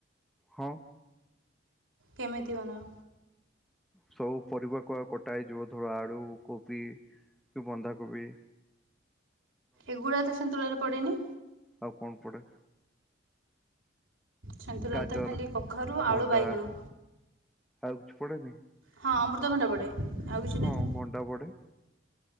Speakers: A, in the centre; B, on the right.
A: ହଁ।
B: କେମିତି ବନାଅ?
A: ସବୁ ପରିବାକୁ ଆଉ କଟା ହେଇ ଯିବ ଧର ଆଳୁ, କୋବି, ତ ବନ୍ଧା କୋବି
B: ଏ ଗୁଡ଼ା ସନ୍ତୁଳା ରେ ପଡ଼େନି!
A: ଆଉ କଣ ପଡେ
B: ସନ୍ତୁୁଳା
A: ଗାଜର
B: ରେ ତ ଖାଲି କଖାରୁ,
A: ଭଣ୍ଡା
B: ଆଳୁ, ବାଇଗଣ।
A: ଆଉ କିଛି ପଡେନି?
B: ହଁ ଅମୃତଭଣ୍ଡା ପଡ଼େ। ଆଉ କିଛି ନାହିଁ
A: ହଁ
B: ତ
A: ଭଣ୍ଡା ପଡେ।